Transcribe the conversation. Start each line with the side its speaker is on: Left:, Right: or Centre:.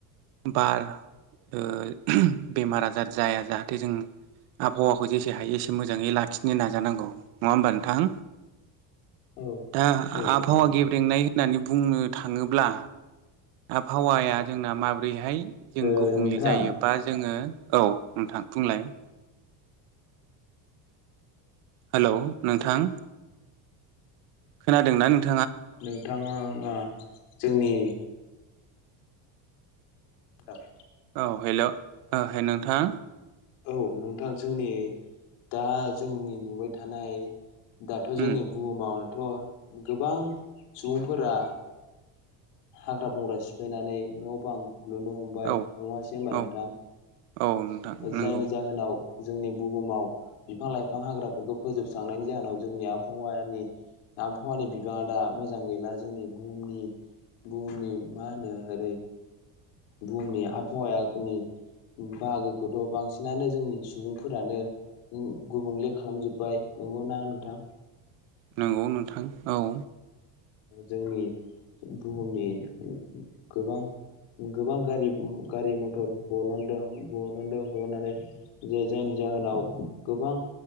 Right: बार ओ बेमार आजार जाया जाहाथे जों। आबहावाखौ जेसे हायो एसे मोजाङै लाखिनो नाजानांगौ नङा होमबा नोंथां।
Left: औ
Right: दा
Left: औ
Right: आबहावा
Left: नंगौ नोंथां
Right: गेब्रेंनाय होननानै बुंनो थाङोब्ला आबहावाया जोंना माबोरैहाय जों
Left: ओ
Right: गुबुंले
Left: नोंथां
Right: जायोबा जोङो औ नोंथां बुंलाय हेल' नोंथां खोनादों ना नदों
Left: नोंथाङा जोंनि दाद।
Right: औ हेल' नोंथां
Left: औ नोंथां जोंनि दा जोंनि नुबाय थानाय दाथ' जोंनि
Right: उम
Left: बुहुमावथ' गोबां सुबुंफोरा हाग्रा- बंग्रा सिफायनानै न' बां लुनो हमबाय
Right: औ
Left: नङासै होनबा
Right: औ
Left: नोंथां
Right: औ नोंथां नंगौ
Left: जायनि जाहोनाव जोंनि बुहुमाव बिफां लाइफां हाग्राफोरखौ फोजोबस्रांनायनि जाहोनाव जोंनि आबहावानि आबहावानि बिबाङा दा मोजां गैला जोंनि बुहुमनि बुहुमनि मा होनो ओरै बुहुमनि आबहावायागनि बाहागोखौथ' बांसिनानो जोंनि सुबुंफोरानो गु गुबुंले खालामजोब्बाय नंगौ ना नोंथां?
Right: नंगौ नोंथां औ
Left: जोंनि बुहुमनि गोबां गोबां गारि गारि मथर बरनदों बरनदों बरननानै जे जोंनि जाहोनाव गोबां